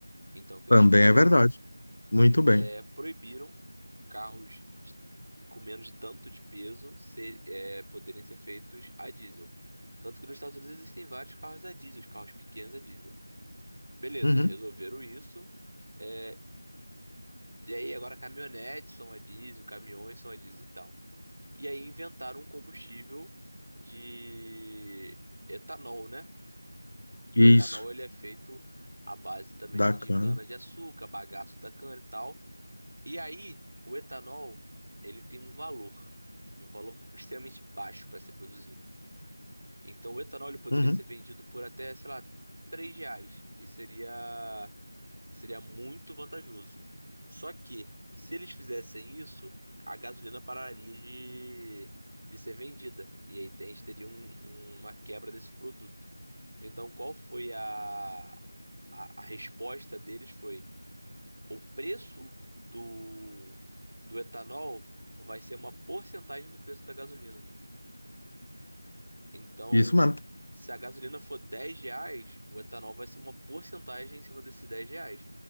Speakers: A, on the right; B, on the left.
A: Então o que
B: Também
A: eles fizeram
B: é verdade. Muito
A: é
B: bem.
A: proibiram carros de- com menos de tanto de peso ser, é, poderem ser feitos a diesel. Tanto que nos Estados Unidos existem vários carros a diesel, os carros pequenos a diesel. Beleza,
B: Uhum.
A: resolveram isso. eh, E aí agora caminhonetes são a diesel, caminhões são a diesel e tal. E aí inventaram um combustível de etanol, né? O
B: Isso.
A: etanol ele é feito à base também
B: Bacana.
A: de cana-de-açúcar, bagaço da cana e tal. E aí o etanol ele tem um valor, um valor extremamente baixo para ser produzido. Então o etanol ele poderia
B: Uhum.
A: ser vendido por até, sei lá, 3 reais. E seria Seria muito vantajoso. Só que, se eles fizessem isso, a gasolina pararia de, de ser vendida. E aí a gente teria um- uma quebra desse produto. Então, qual foi a, a, a resposta deles? Foi o preço do, do etanol vai ser uma porcentagem do preço da gasolina. Então,
B: Isso mesmo.
A: se a gasolina for 10 reais, o etanol vai ser uma porcentagem em cima desses 10 reais.